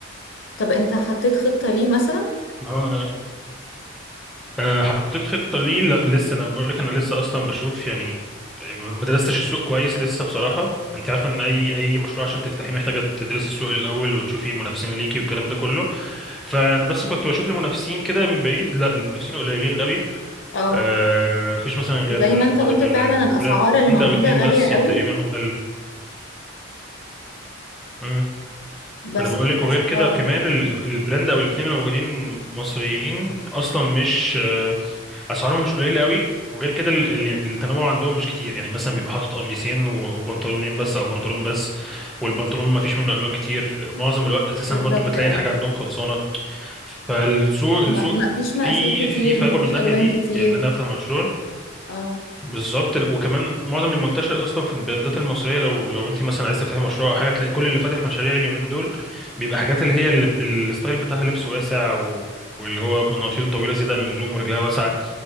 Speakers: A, on the left; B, in the centre.
A: طب انت حطيت خطة ليه مثلا
B: ما هو آه، حطيت خطة ليه لا لسه انا بقول لك انا لسه اصلا بشوف يعني ما درستش السوق كويس لسه بصراحة انت عارفة ان اي اي مشروع عشان تفتحيه محتاجة تدرسي السوق الاول وتشوفي منافسين ليكي والكلام ده كله فانا بس كنت بشوف المنافسين كده من بعيد لا المنافسين قليلين قوي
A: اه
B: آه مفيش مثلا غير
A: زي ما انت قلت فعلا
B: غير
A: الاسعار
B: براند
A: اللي موجودة
B: او اتنين
A: غالية
B: بس
A: قوي
B: يعني تقريبا هم ال... مم.
A: بس
B: انا بقول لك
A: حاسة
B: وغير كده
A: اه
B: كمان
A: اه
B: ال- البراند او الاتنين اللي موجودين مصريين اصلا مش آه، اسعارهم مش قليله قوي وغير كده ال... ال- يعني التنوع عندهم مش كتير يعني مثلا بيبقى حاطط قميصين و... وبنطلونين بس او بنطلون بس والبنطلون ما فيش منه الوان كتير معظم الوقت اساسا
A: بالظبط
B: برضو بتلاقي
A: اه
B: الحاجه عندهم خلصانه فالسوق
A: ما
B: السوق
A: ما فيش
B: في
A: مقاسات كتير
B: في فجوه
A: ما فيش
B: من الناحيه
A: الوان
B: دي
A: كتير
B: يعني ان انا افتح مشروع
A: اه
B: بالظبط ال- وكمان معظم المنتشر اصلا في البراندات المصريه لو لو انت مثلا عايز تفتحي مشروع او حاجه هتلاقي كل اللي فاتح مشاريع اليومين دول بيبقى حاجات اللي هي اللي... الستايل بتاعها لبس واسع و... واللي هو بناطيل طويله زياده عن اللزوم ورجلها واسعه